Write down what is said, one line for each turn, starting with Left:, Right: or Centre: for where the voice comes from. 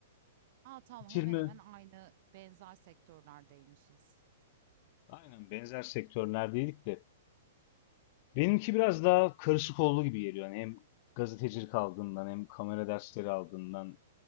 Right: A, tamam,
Left: Bitirme,
Right: hemen hemen aynı, benzer sektörlerdeymişiz.
Left: aynen benzer sektörlerdeydik de. Benimki biraz daha karışık olduğu gibi geliyor. Yani hem gazetecilik aldığımdan hem kamera dersleri aldığımdan.